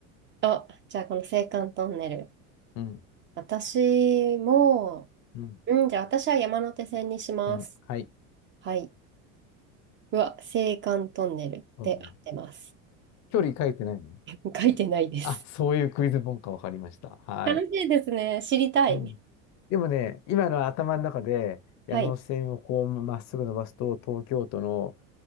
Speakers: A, on the right; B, on the left.
A: あ、じゃあこの青函トンネル。
B: うん。
A: 私も、
B: うん。
A: うん、じゃあ私は山手線にします。
B: えんはい。
A: はい。うわ、青函トンネルで合ってます。
B: トンネル距離書いてないの
A: <laughs> 書いてないです。
B: あ、そういうクイズ本か分かりました。はい。
A: 楽しいですね。知りたい。
B: うん。でもね、今の頭の中で山手線をこうまっすぐ伸ばすと、
A: はい。
B: 東京都の、